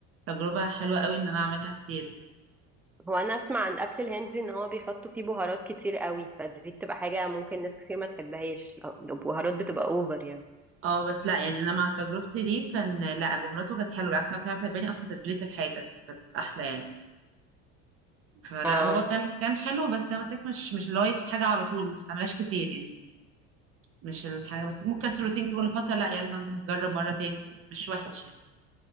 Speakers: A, on the right; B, in the centre.
A: تجربه حلوه قوي ان انا اعملها كتير
B: هو أنا أسمع عن الأكل الهندي إن هو بيحطوا فيه بهارات كتير قوي فدي بتبقى حاجة ممكن ناس كتير ما تحبهاش البهارات بتبقى أوفر يعني
A: اه بس لا يعني انا مع تجربتي ليه كان لا بهاراته كانت حلوه بالعكس انا كنت عارفة كانت اصلا تتبيله الحاجه كانت احلى يعني فلا
B: اه
A: هو كان كان حلو بس زي ما قلت لك مش مش اللي هو حاجه على طول مش بتعملهاش كتير يعني مش الحاجه بس ممكن كسر روتين كل فتره لا يلا نجرب مره تاني مش وحش يعني